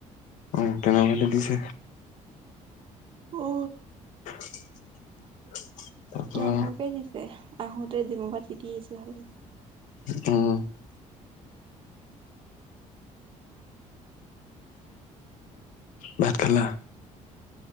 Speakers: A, on the left; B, on the right.
A: অ, তেনেকোৱাতে দিছে।
B: অ।
A: <unintelligible> তাৰপৰা
B: ডাঙৰকে দিছে আহোঁতে জিমৰ পৰা তিতি আহিছো খালি।
A: উম। ভাত খালা?